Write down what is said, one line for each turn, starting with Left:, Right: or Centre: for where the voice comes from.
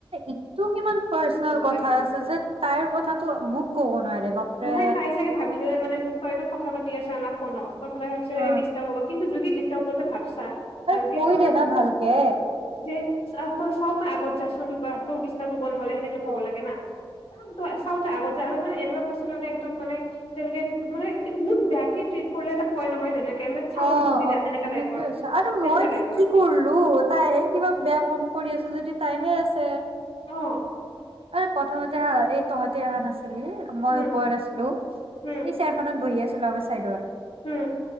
Right: ইটো কিমান পাৰ্চনেল কথা
Left: লাগে
Right: আছে যে তাইৰ কথাটো মোক ক'ব নোৱাৰে বাপে
Left: নহয় তাই চাগে ভাবিলে মানে হয়তো কথা পাতি আছে আনা ফোনত ভ
Right: অ
Left: ডিষ্টাৰ হব কিন্তু যদিিাৰ হব ভালকে
Right: আৰে কৈ
Left: ক
Right: দে না ভালকে
Left: যে তই চাও তই আগত যাইচোন তই বিস্তাৰ নহ'লে সেনেকে
Right: অ
Left: ক'ব লাগে না চাওতে আগতে যে আৰু মানে এনেকুৱা কৈছে মানে একদম মানে তেনেকে মানে মত বেয়াকে ট্ৰিট কৰিলে এটা কয় নহয় যেনেকে মানে চাউনচো
Right: অ
Left: গুচি যায় সেনেকা
Right: সেইটোয়ে
Left: টাইপৰ
Right: হৈছে আৰু
Left: সেনেকা
Right: মই
Left: টাইপৰ
Right: তই কি কৰিলো তাইহে কিবা বেয়া কম কৰি আছ যদি তাইহে আছে
Left: অ
Right: এই প্ৰথমতে হা এই তহতে অহা নাছিল মই
Left: উম
Right: ওপৰত আছিলো এই
Left: উম
Right: চেয়াৰ খত বহি আছো চোলাৱা ছাইডৰ
Left: উম।